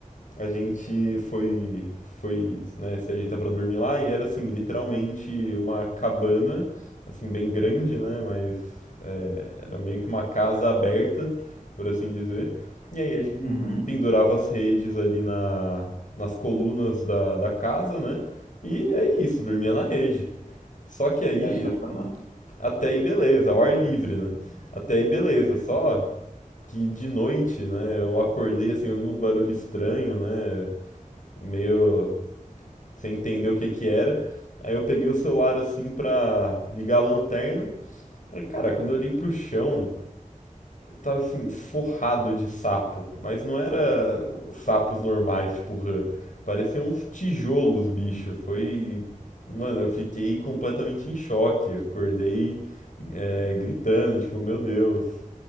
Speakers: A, on the left; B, on the left.
A: a gente foi foi, né, se ajeitar pra dormir lá e era assim, literalmente uma cabana, assim, bem grande, né, mas é, era meio que uma casa aberta, por assim dizer. E aí a
B: Uhum.
A: pendurava as redes ali na, nas colunas da, da casa, né? E é isso, dormia na rede. Só que aí,
B: É o Sorocaba.
A: até aí beleza, ao ar livre, né? Até aí beleza, só que de noite, né, eu acordei assim, ouvindo uns barulhos estranhos, né? Meio sem entender o que que era. Aí eu peguei o celular assim pra ligar a lanterna. Aí, cara, quando eu olhei pro chão, tava assim, forrado de sapo. Mas não era sapos normais, tipo rã. Pareciam uns tijolos, bicho. Foi. Mano, eu fiquei completamente em choque. Acordei é, gritando, tipo, meu Deus.